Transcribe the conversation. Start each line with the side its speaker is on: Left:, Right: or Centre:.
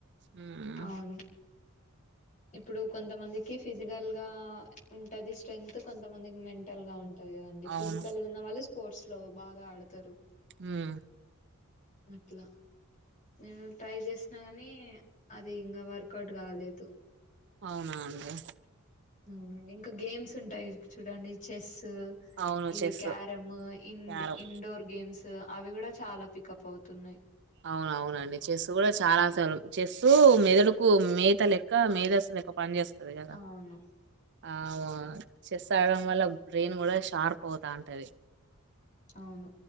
Right: ఉమ్.
Left: అవును ఇప్పుడు కొంతమందికి. కి ఫిజికల్ గా ఉంటది స్ట్రెంత్ కొంతమందికి మెంటల్ గా ఉంటది. ఉంటాదికదండి
Right: అవును
Left: ఫిజికల్ గ ఉన్న వాళ్ళు స్పోర్ట్స్ లో బాగా ఆడతారు
Right: ఆ
Left: అట్లా నేను ట్రై చేసిన గని అది ఇంకా వర్కౌట్ కాలేదు
Right: అవునా అండి
Left: అవునండి ఇంకా గేమ్స్ ఉంటాయి చూడండి చెస్ సు
Right: అవును
Left: ఇవి
Right: చెస్
Left: క్యారమ్ ఇంబు
Right: క్యారం
Left: ఇండోర్ గేమ్స్ అవి కూడా చాలా పికప్ అవుత్ తున్నాయి
Right: అవునవునండి చెస్ కూడా చాలా సల్ చెస్ మెదడుకు మేత లెక్క మేధస్ లెక్క పని చేస్తాది కదా
Left: అవును
Right: అ ఆ మా చెస్ ఆడడం వల్ల బ్రెయిన్ కూడా షార్ప్ అవుతఉంటది
Left: అవును